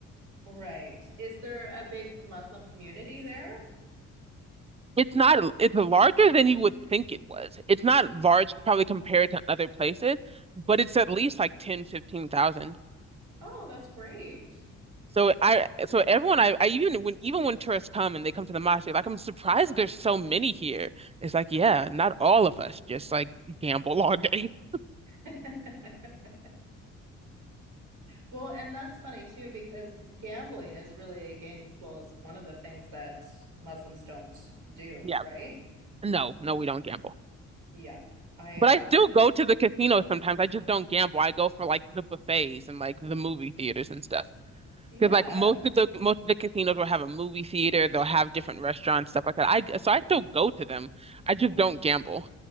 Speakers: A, on the right; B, on the right.
A: right. Is there a big Muslim community there?
B: It's not it's larger than you would think it was. It's not large probably compared to other places, but it's at least like 10 15,000.
A: Oh, that's great.
B: So I so everyone I, I even when even when tourists come and they come to the mosque, they're like I'm surprised there's so many here. It's like, yeah, not all of us just like gamble all day. <laughs>
A: <laughs> Well, and that's funny too, because gambling is really against, well, it's one of the things that Muslims don't do,
B: Yeah.
A: right?
B: No, no, we don't gamble.
A: Yeah. I,
B: But
A: um,
B: I still go to the casino sometimes. I just don't gamble. I go for like the buffets and like the movie theaters and stuff.
A: yeah,
B: Because like most of the most of the casinos will have a movie theater. They'll have different restaurants, stuff like that. I so I still go to them. I just don't gamble.